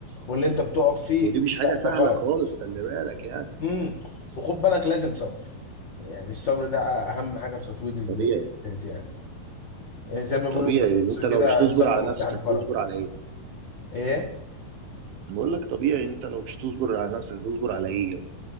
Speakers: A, on the left; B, on the right.
A: واللي انت بتقف فيه
B: ودي مش حاجة
A: لا
B: سهلة
A: ده غلط
B: خالص خلي بالك يعني
A: امم وخد بالك لازم صبر يعني الصبر ده اهم حاجه في تطوير الذات
B: طبيعي
A: يعني يعني زي ما بيقولوا
B: طبيعي
A: كده في
B: انت
A: مصر كده
B: لو مش تصبر
A: الصبر
B: على
A: مفتاح
B: نفسك
A: الفرج
B: تصبر على ايه
A: ايه
B: بقول لك طبيعي انت لو مش تصبر على نفسك تصبر على ايه يعني